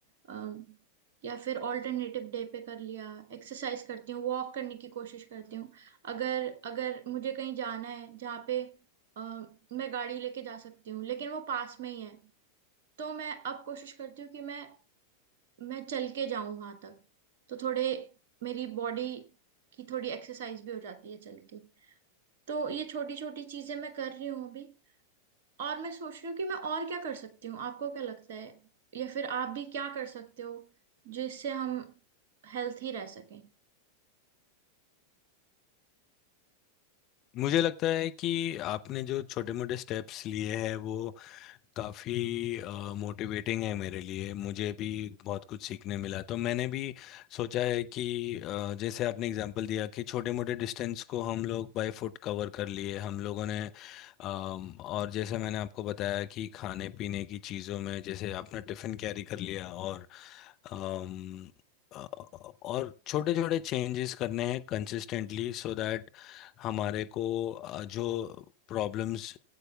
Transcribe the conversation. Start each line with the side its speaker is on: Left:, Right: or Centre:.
Right: अ, या फिर ऑल्टरनेटिव डे पे कर लिया एक्सरसाइज करती हूँ वॉक करने की कोशिश करती हूँ अगर अगर मुझे कहीं जाना है जहाँ पे अ, मैं गाड़ी लेके जा सकती हूँ लेकिन वो पास में ही है तो मैं अब कोशिश करती हूँ कि मैं मैं चल के जाऊँ वहां तक तो थोड़े मेरी बॉडी की थोड़ी एक्सरसाइज भी हो जाती है चल के तो ये छोटी छोटी चीजें मैं कर रही हूँ अभी और मैं सोच रही हूँ कि मैं और क्या कर सकती हूँ आपको क्या लगता है या फिर आप भी क्या कर सकते हो जिससे हम हेल्थी रह सकें
Left: मुझे लगता है कि आपने जो छोटे मोटे स्टेप्स लिए हैं वो काफ़ी मोटिवेटिंग है मेरे लिए मुझे भी बहुत कुछ सीखने मिला तो मैंने भी सोचा है कि अ, जैसे आपने एग्जांपल दिया कि छोटे मोटे डिस्टेंस को हम लोग बाय फुट कवर कर लिए हम लोगों ने अम, और जैसे मैंने आपको बताया कि खाने पीने की चीज़ों में जैसे आपने टिफ़िन कैरी कर लिया और अम, अ, और छोटे छोटे चेंजेस करने हैं कंसिस्टेंटली सो दैट हमारे को अ, जो प्रॉब्लम्स